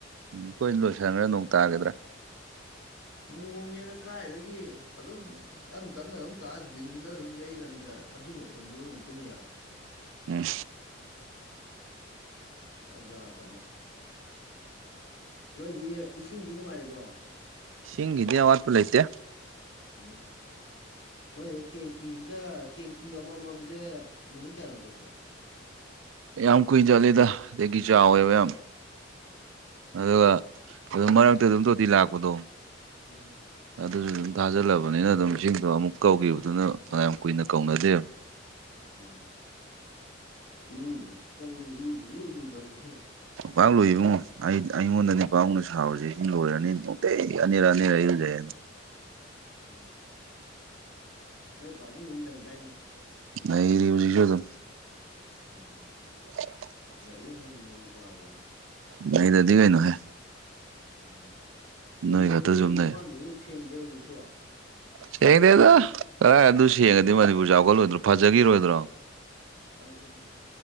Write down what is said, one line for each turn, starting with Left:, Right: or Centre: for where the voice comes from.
Right: ꯎꯝ ꯑꯩꯣꯏ ꯂꯣꯏꯁꯤꯟꯈ꯭ꯔꯦ ꯅꯣꯡ ꯇꯥꯒꯗ꯭ꯔꯥ
Left: ꯅꯣꯡꯅꯦꯅ ꯀꯥꯏꯗꯒꯤ ꯑꯗꯨꯝ ꯇꯞꯅ ꯇꯞꯅ ꯑꯗꯨꯝ ꯇꯥ ꯗꯤꯟꯗ ꯑꯗꯨꯝ ꯌꯩꯔꯕꯃꯤꯅ ꯑꯗꯨꯏ ꯃꯈꯣꯟꯗꯨꯅꯣꯏ ꯇꯨꯝ ꯌꯥꯗ꯭ꯔꯦ꯫
Right: ꯎꯝ
Left: ꯑꯣꯖꯥꯖꯥꯠꯅꯤꯍ ꯅꯣꯏꯗꯤ ꯏꯁꯤꯡꯗꯤ ꯅꯨꯡꯉꯥꯏꯔꯤꯕꯣ
Right: ꯁꯤꯡꯒꯤꯗꯤ ꯑꯋꯥꯠꯄ ꯂꯩꯇꯦ꯫
Left: ꯎꯝ ꯅꯣꯏ ꯇꯦꯡꯀꯤꯁꯤꯗ ꯇꯦꯡꯀꯤ ꯑꯃꯃꯝꯁꯦ ꯅꯨꯃꯤꯠ ꯀꯌꯥꯅꯤꯃꯨꯛ ꯆꯠꯀꯦ꯫
Right: ꯌꯥꯝ ꯀꯨꯏ ꯆꯠꯂꯤꯗ ꯑꯗꯒꯤ ꯆꯥꯎꯋꯦꯕ ꯌꯥꯝ
Left: ꯎꯝ
Right: ꯑꯗꯨꯒ ꯑꯗꯨ ꯃꯔꯛꯇ ꯑꯗꯨꯝ ꯇꯣꯇꯤ ꯂꯥꯛꯄꯗꯣ
Left: ꯎꯝ
Right: ꯑꯗꯨꯁꯨ ꯑꯗꯨꯝ ꯊꯥꯖꯜꯂꯕꯅꯤꯅ ꯑꯗꯨꯝ ꯏꯁꯤꯡꯗꯣ ꯑꯃꯨꯛ ꯀꯧꯈꯤꯕꯗꯨꯅ ꯐꯅꯌꯥꯝ ꯀꯨꯏꯅ ꯀꯧꯅꯗꯦ꯫
Left: ꯎꯝ ꯏꯔꯨꯨ ꯅꯪꯒꯤ ꯏꯔꯨꯗꯤ ꯏꯂꯨ ꯂꯨꯗꯝꯕꯃꯤꯍꯦ
Right: ꯄꯥꯛꯥꯛ ꯂꯨꯏꯕꯨꯡꯣ ꯑꯩ ꯑꯩꯉꯣꯟꯗꯗꯤ ꯄꯥꯎꯅ ꯁꯥꯎꯔꯨꯁꯦ ꯁꯤ ꯂꯣꯏꯔꯅꯤ ꯅꯣꯡꯇꯩ ꯑꯅꯤꯔ ꯑꯅꯤꯔꯛ ꯏꯔꯨꯖꯩ ꯍꯥꯏꯅ
Left: ꯎꯝ ꯎꯝ ꯅꯣꯏ ꯄꯥꯕꯨꯡꯗꯨ ꯅꯩꯗꯥꯏꯅꯦ꯫
Right: ꯅꯔꯤꯔꯤꯕ ꯍꯧꯖꯤꯁꯨ ꯑꯗꯨꯝ
Left: ꯎꯝ ꯎꯝ ꯎꯝ
Right: <unintelligible>
Left: ꯂꯥꯛꯏꯒ ꯅꯪꯖꯦ ꯅꯨꯄꯥꯔꯤꯅ
Right: ꯅꯩꯗꯔꯗꯤ ꯀꯩꯅꯣꯍꯦ
Left: ꯎꯝ ꯅꯝꯕꯨꯟ
Right: ꯅꯣꯏ ꯈꯛꯇ
Left: ꯇꯨꯔꯦꯟ
Right: ꯁꯨꯝ
Left: ꯃꯄꯥꯟꯗꯨꯕꯨ
Right: ꯅꯩ
Left: ꯁꯦꯡꯗꯦ ꯍꯧꯖꯤꯛꯁꯨ
Right: ꯁꯦꯡꯗꯦꯗ ꯀꯗꯥꯏ ꯑꯗꯨ ꯁꯦꯡꯉꯗꯤ ꯃꯅꯤꯄꯨꯔ ꯆꯥꯎꯈꯠꯂꯣꯏꯗ꯭ꯔꯣ ꯐꯖꯒꯤꯔꯣꯏꯗ꯭ꯔꯣ
Left: ꯑꯗꯨꯅꯤꯅꯦ